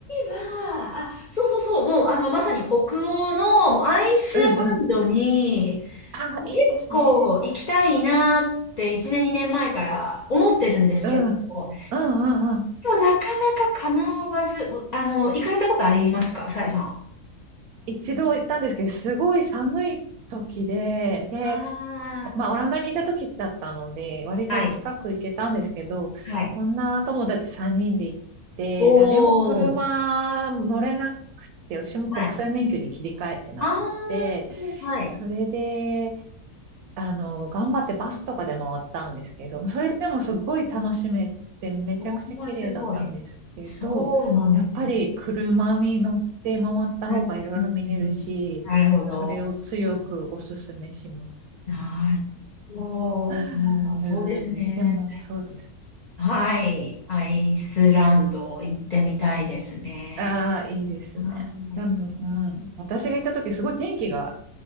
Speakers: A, on the left; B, on the right.
A: は、あ、そうそうそう、もう、あの、まさに北欧のアイスランドに、
B: うんうん。あ、
A: 結構行きたいなって1年、
B: いいですね。
A: 2年前から思ってるんですけど、
B: うん。うんうんうん。
A: でもなかなか叶わず、あの、行かれたことありますか、さえさんは。
B: 一度行ったんですけど、すごい寒い時で、で、
A: ああ
B: まあ、オランダにいた時だったので、割と近く行けたんですけど、
A: ー、はい。はい。
B: 女友達3人で行って、
A: お
B: 誰も車乗れなくて、
A: お、
B: 私も国際免許に切り替えてなくて、
A: はい。ああ、はい。
B: それで、あの、頑張ってバスとかで回ったんですけど、それでもすごい楽しめて、めちゃくちゃ綺麗だったんですけど、
A: おー、すごい。そうなんですね。
B: やっぱり車に乗って回った方がいろいろ見えるし、
A: うん、うんうんうんなるほど。
B: それを強くお勧めします。
A: なるほど。
B: <laughs>
A: まあそうですね。
B: うん、でもそうです。
A: はい。アイスランド行ってみたいですね。
B: ああ、いいですね。
A: はい。
B: でも、うん、私が行った時、すごい天気が、